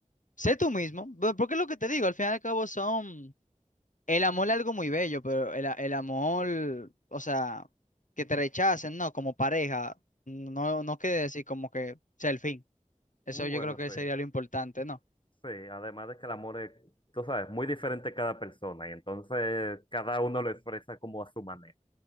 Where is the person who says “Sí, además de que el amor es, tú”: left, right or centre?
Left